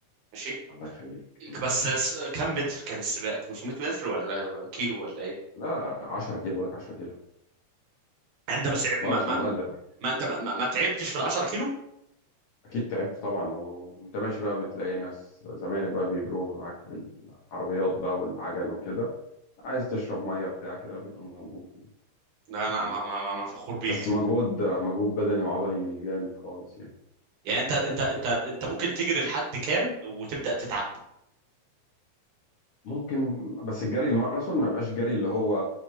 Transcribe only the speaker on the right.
ماشي
بس
س- كم متر كان السباق 500 متر ولا كيلو ولا ايه
يعني انت ما سع- ما
ما,
ما انت ما, ما ما تعبتش في ال 10 كيلو
لا انا
انا انا أنا فخور بيك
يعني انت انت انت انت ممكن تجري لحد كام وتبدا تتعب